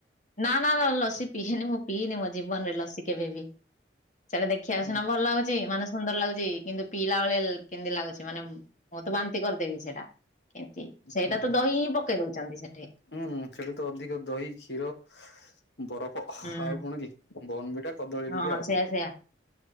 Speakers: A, on the left; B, on the left.
A: ନା ନା ନା ଲସି ପିହେନି, ମୁଁ ପିଏନି ମତେ ଜୀବନରେ ଲସି କେବେ ବି। ସେଇଟା ଦେଖିବାକୁ
B: ହୁଁ
A: ସିନା ଭଲ ଲାଗୁଛି ମାନେ ସୁନ୍ଦର ଲାଗୁଚି କିନ୍ତୁ ପିଇଲା ବେଳେ କେମତି ଲାଗୁଛି ମାନେ, ମୁଁ ତ ବାନ୍ତି କରିଦେବି ସେଇଟା। କେମତି, ସେଇଟା
B: ହୁଁ
A: ତ ଦହି ହିଁ ପକେଇ ଦଉଛନ୍ତି ସେଠି।
B: ହୁଁ ହୁଁ ସେଟା ତ ଅଧିକ ଦହି, କ୍ଷୀର ବରଫ
A: ହୁଁ
B: ଆଉ କଣ କି? ବର୍ଣ୍ଣବିଟା, କଦଳୀ
A: ହଁ
B: ଟିକେ ଆଉ।
A: ସେଇୟା ସେଇୟା।